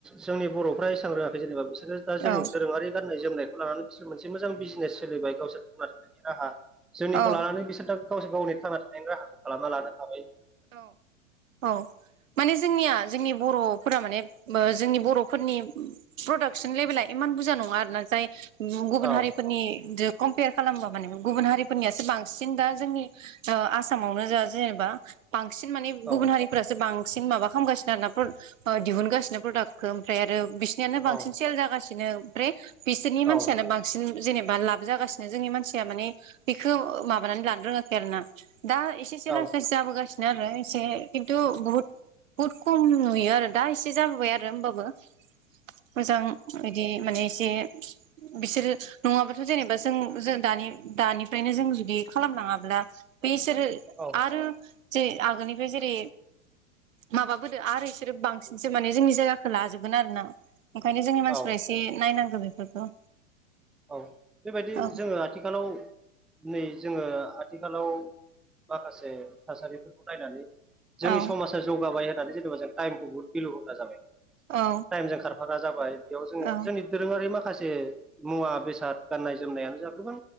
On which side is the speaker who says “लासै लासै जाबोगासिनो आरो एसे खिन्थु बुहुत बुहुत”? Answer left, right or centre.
Right